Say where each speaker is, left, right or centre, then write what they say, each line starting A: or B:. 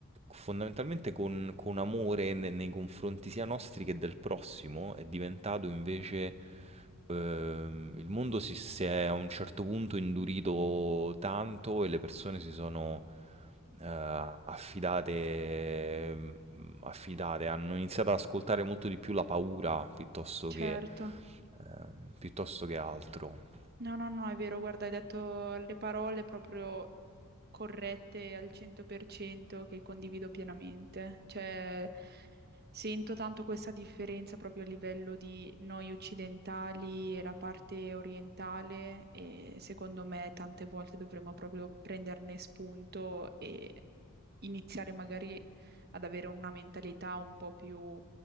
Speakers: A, on the right; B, on the right.
A: fondamentalmente con con amore ne nei confronti sia nostri che del prossimo è diventato invece ehm, il mondo si si è a un certo punto indurito tanto e le persone si sono, ehm, affidate mhmm, affidate, hanno iniziato ad ascoltare molto di più la paura piuttosto
B: certo.
A: che ehm, piuttosto che altro.
B: No, no, no, è vero, guarda, hai detto le parole proprio corrette al 100% che condivido pienamente. Cioè, sento tanto questa differenza proprio a livello di noi occidentali e la parte orientale e secondo me tante volte dovremmo proprio prenderne spunto e iniziare magari ad avere una mentalità un po' più